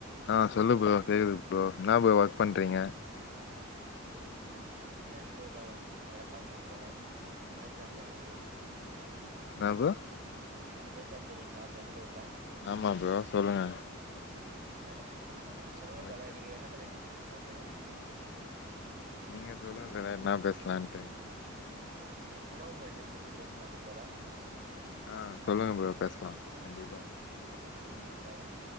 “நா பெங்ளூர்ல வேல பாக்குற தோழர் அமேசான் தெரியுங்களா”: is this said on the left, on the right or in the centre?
Right